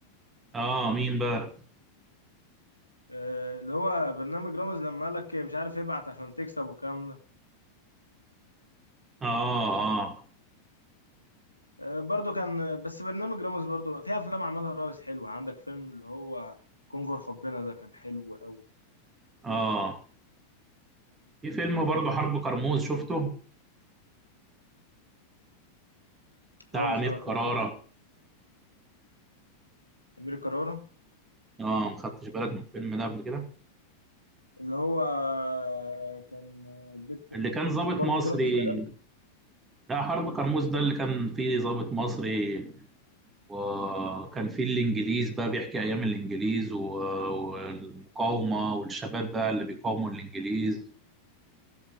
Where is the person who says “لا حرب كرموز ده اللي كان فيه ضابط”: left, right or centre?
Right